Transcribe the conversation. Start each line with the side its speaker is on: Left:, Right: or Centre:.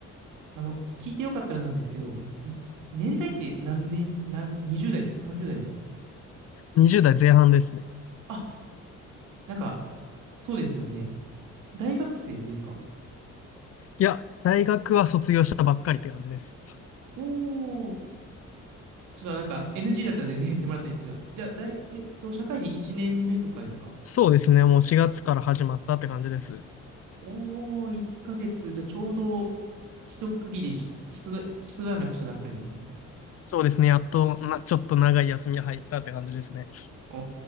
Right: あの、聞いてよかったらなんですけど、ん年代って何年、何、20代ですか ?30 代ですか
Left: 20代前半ですね。
Right: あなんか、そそうですよね。大学生ですか
Left: いや、大学は卒業したばっかりって感じです。
Right: おー、ちょっとなんか NG だったら全然言ってもらったらいいんですけど、じゃあ、大、えっと、社会人1年目とかですか
Left: そうですね。もう4月から始まったって感じです。
Right: おー、1ヶ月、じゃあちょうど、一区切りし、一だ、一段落した段階ですね。
Left: そうですね。やっと、な、ちょっと長い休みが入ったって感じですね。
Right: お